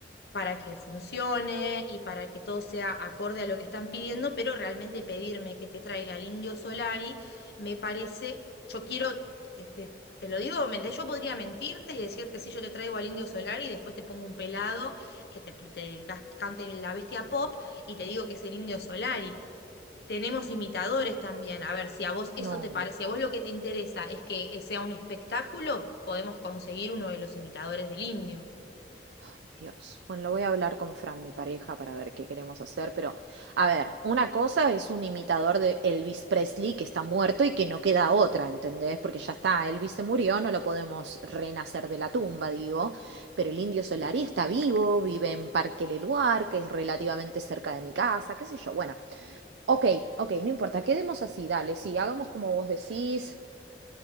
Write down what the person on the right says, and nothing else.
No.
Ay, Dios. Bueno, lo voy a hablar con Fran, mi pareja, para ver qué queremos hacer, pero a ver, una cosa es un imitador de Elvis Presley que está muerto y que no queda otra, ¿entendés? Porque ya está, Elvis se murió, no lo podemos renacer de la tumba, digo, pero el Indio Solari está vivo, vive en Parque Leluar, que es relativamente cerca de mi casa, qué sé yo. Bueno, ok, ok, no importa, quedemos así, dale, sí, hagamos como vos decís.